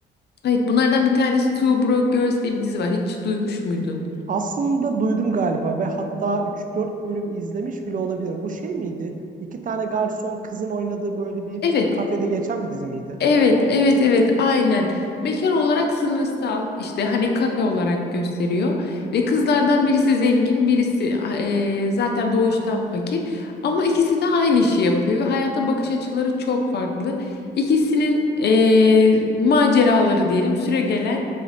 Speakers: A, on the left (about 55°); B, on the right (about 40°).
A: evet bunlardan bir tanesi Two Broke Girls diye bir dizi var. Hiç duymuş muydun?
B: Aslında duydum galiba ve hatta üç dört bölüm izlemiş bile olabilirim. Bu şey miydi? İki tane garson kızın oynadığı böyle bir
A: Evet.
B: kafede geçen bir dizi miydi?
A: Evet, evet, evet, aynen. Mekan olarak sınırsal, işte hani kafe olarak gösteriyor ve kızlardan birisi zengin, birisi eee, zaten doğuştan fakir. Ama ikisi de aynı işi yapıyor ve hayata bakış açıları çok farklı. İkisinin eee, maceraları diyelim, süregelen